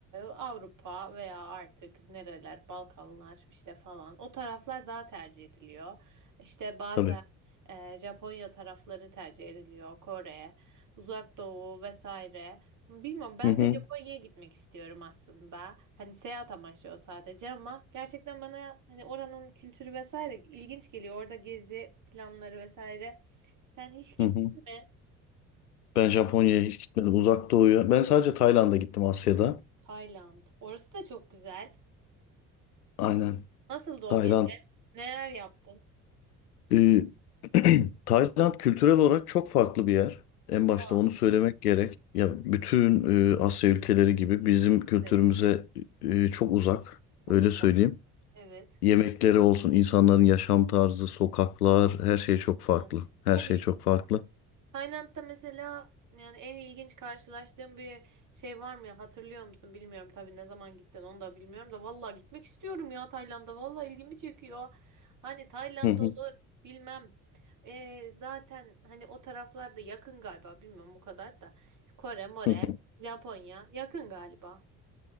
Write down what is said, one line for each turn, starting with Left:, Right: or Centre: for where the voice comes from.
Right: Avrupa veya artık nereler Balkanlar işte falan o taraflar daha tercih ediliyor. İşte bazen
Left: Tabii.
Right: e, Japonya tarafları tercih ediliyor Kore, Uzak Doğu vesaire. Bilmiyorum ben
Left: Hı hı,
Right: de Japonya'ya gitmek istiyorum aslında. Hani seyahat amaçlı o sadece ama gerçekten bana hani oranın kültürü vesaire ilginç geliyor. Orada gezi planları vesaire. Sen hiç gittin
Left: hı hı.
Right: mi?
Left: Ben Japonya'ya hiç gitmedim. Uzak Doğu'ya. Ben sadece Tayland'a gittim Asya'da.
Right: Tayland. Orası da çok güzel.
Left: Aynen.
Right: Nasıldı o
Left: Tayland.
Right: gezi? Neler yaptın?
Left: Ee, <clears throat> Tayland kültürel olarak çok farklı bir yer. En
Right: Ya
Left: başta onu söylemek gerek. Ya bütün e, Asya ülkeleri gibi bizim kültürümüze
Right: evet.
Left: e, çok uzak.
Right: Çok
Left: Öyle
Right: uzak.
Left: söyleyeyim.
Right: Evet.
Left: Yemekleri olsun, insanların yaşam tarzı, sokaklar, her şey çok farklı.
Right: Ya,
Left: Her
Right: Çok
Left: şey
Right: ilginç.
Left: çok farklı.
Right: Tayland'da mesela yani en ilginç karşılaştığım bir şey var mı ya? Hatırlıyor musun? Bilmiyorum tabii ne zaman gittin onu da bilmiyorum da vallahi gitmek istiyorum ya Tayland'a. Vallahi ilgimi çekiyor. Hani Tayland
Left: Hı hı,
Right: olur bilmem. Ee, zaten hani o taraflarda yakın galiba bilmiyorum o kadar da. Kore, More,
Left: hı hı.
Right: Japonya yakın galiba.